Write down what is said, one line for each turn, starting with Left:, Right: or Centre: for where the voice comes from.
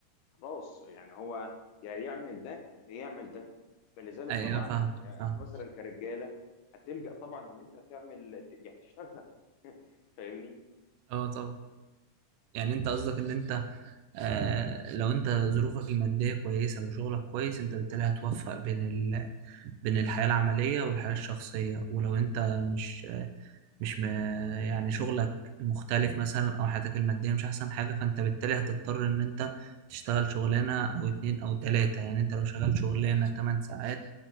Left: خلاص يعني هو يا يعمل ده يا يعمل ده فلذلك
Right: ايوه
Left: طبعا
Right: فاهم
Left: آه،
Right: فاهم
Left: احنا مثلا كرجالة هتلجأ طبعا ان انت تعمل يعني تشتغل فاهمني
Right: اه طبعا يعني انت قصدك ان انت آه لو انت ظروفك الماديه كويسه وشغلك كويس انت بالتالي هتوفق بين ال... بين الحياه العمليه والحياه الشخصيه ولو انت مش مش م... يعني شغلك مختلف مثلا او حياتك الماديه مش احسن حاجه فانت بالتالي هتضطر ان انت تشتغل شغلانه او اتنين او تلاته يعني انت لو شغال شغلانه 8 ساعات